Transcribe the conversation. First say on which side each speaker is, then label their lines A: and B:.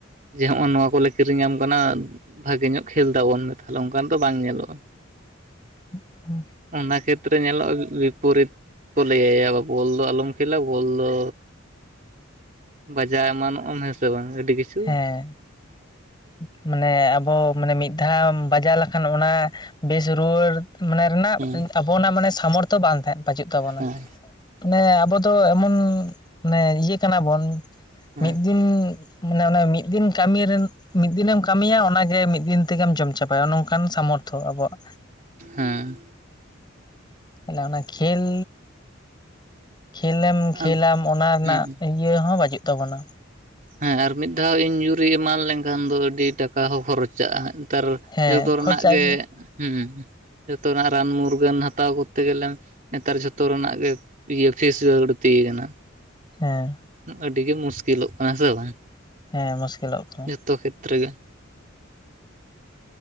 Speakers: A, on the right; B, on the left.
A: ᱡᱮ, ᱦᱚᱸᱜ-ᱚ ᱱᱚᱣᱟ ᱠᱚᱞᱮ ᱠᱤᱨᱤᱧᱟᱢ ᱠᱟᱱᱟ ᱵᱷᱟᱜᱮ ᱧᱚᱜ ᱠᱷᱮᱹᱞ ᱛᱟᱵᱚᱱ ᱢᱮ ᱛᱟᱦᱞᱮ ᱚᱱᱠᱟᱱ ᱫᱚ ᱵᱟᱝ ᱧᱮᱞᱚᱜ-ᱟ᱾
B: ᱦᱩᱸᱜ-ᱩᱸ᱾
A: ᱚᱱᱟ ᱠᱷᱮᱛᱨᱮ ᱧᱮᱞᱚᱜ-ᱟ ᱵᱤᱯᱚᱨᱤᱛ᱾ ᱠᱚ ᱞᱟᱹᱭᱟ ᱵᱟᱵᱩ ᱵᱚᱞ ᱫᱚ ᱟᱞᱚᱢ ᱠᱷᱮᱹᱞᱟ ᱵᱚᱞ ᱫᱚ ᱵᱟᱡᱟ ᱮᱢᱟᱱ᱾ ᱟᱢ ᱦᱮᱸ ᱥᱮ ᱵᱟᱝ ᱟᱹᱰᱤ ᱠᱤᱪᱷᱩ᱾
B: ᱦᱮᱸ ᱢᱟᱱᱮ ᱟᱵᱚ ᱢᱟᱱᱮ ᱢᱤᱫ ᱫᱷᱟᱣ ᱵᱟᱡᱟᱣ ᱞᱮᱠᱷᱟᱱ ᱚᱱᱟ ᱵᱮᱥ ᱨᱩᱣᱟᱹᱲ ᱢᱟᱱᱮ ᱨᱮᱱᱟᱜ
A: ᱦᱮᱸ
B: ᱟᱵᱚᱱᱟᱜ ᱥᱟᱢᱚᱨᱛᱷᱚ ᱵᱟᱝ ᱛᱟᱦᱮᱸ ᱵᱟᱟᱹᱪᱩᱜ ᱛᱟᱵᱚᱱᱟ᱾
A: ᱦᱮᱸ
B: ᱢᱟᱱᱮ ᱟᱵᱚ ᱫᱚ ᱮᱢᱚᱱ ᱢᱟᱱᱮ ᱤᱭᱟᱹ ᱠᱟᱱᱟ ᱵᱚᱱ
A: ᱦᱮᱸ
B: ᱢᱤᱫ ᱫᱤᱱ᱾ ᱢᱟᱱᱮ ᱚᱱᱟ ᱢᱤᱫ ᱫᱤᱱ ᱠᱟᱹᱢᱤ ᱨᱮᱱ ᱢᱤᱫ ᱫᱤᱱᱮᱢ ᱠᱟᱹᱢᱤᱭᱟ ᱚᱱᱟᱜᱮ ᱢᱤᱫ ᱫᱤᱱ ᱛᱮᱜᱮᱢ ᱡᱚᱢ ᱪᱟᱵᱟᱭᱟ ᱱᱚᱝᱠᱟᱱ ᱥᱟᱢᱚᱨᱛᱷᱚ ᱟᱵᱚᱣᱟᱜ᱾
A: ᱦᱩᱸ᱾
B: ᱛᱟᱦᱞᱮ ᱚᱱᱟ ᱠᱷᱮᱹᱞ, ᱠᱷᱮᱹᱞᱮᱢ ᱠᱷᱮᱹᱞᱟᱢ
A: ᱟᱫ
B: ᱚᱱᱟ ᱨᱮᱱᱟᱜ
A: ᱦᱩᱸ
B: ᱤᱭᱟᱹ ᱦᱚᱸ ᱵᱟᱪᱩᱜ ᱛᱟᱵᱚᱱᱟ᱾
A: ᱦᱮᱸ ᱟᱨ ᱢᱤᱫ ᱫᱷᱟᱣ ᱤᱧᱡᱩᱨᱤ ᱮᱢᱟᱱ ᱞᱮᱱᱠᱷᱟᱱ ᱫᱚ ᱟᱹᱰᱤ ᱴᱟᱠᱟ ᱦᱚᱸ ᱠᱷᱚᱨᱚᱪᱟᱜ-ᱟ᱾ ᱱᱮᱛᱟᱨ
B: ᱦᱮᱸ
A: ᱡᱚᱛᱚ ᱨᱮᱱᱟᱜ
B: ᱠᱷᱚᱨᱪᱟᱜ
A: ᱜᱮ ᱦᱩᱸ᱾ ᱡᱚᱛᱚ ᱨᱮᱱᱟᱜ ᱨᱟᱱ ᱢᱩᱨᱜᱟᱹᱱ ᱦᱟᱛᱟᱣ ᱠᱚᱛᱛᱮ ᱜᱮᱞᱮ ᱱᱮᱛᱟᱨ ᱡᱷᱚᱛᱚ ᱨᱮᱱᱟᱜ ᱜᱮ ᱤᱭᱟᱹ ᱯᱷᱤᱥ ᱵᱟᱲᱛᱤ ᱠᱟᱱᱟ᱾
B: ᱦᱩᱸ᱾
A: ᱟᱹᱰᱤᱜᱮ ᱢᱩᱥᱠᱤᱞᱚᱜ ᱠᱟᱱᱟ ᱦᱮᱸ ᱥᱮ ᱵᱟᱝ᱾
B: ᱦᱮᱸ ᱢᱩᱥᱠᱤᱞᱚᱜ ᱠᱟᱱᱟ᱾
A: ᱡᱚᱛᱚ ᱠᱷᱮᱹᱛᱨᱮᱹ ᱜᱮ᱾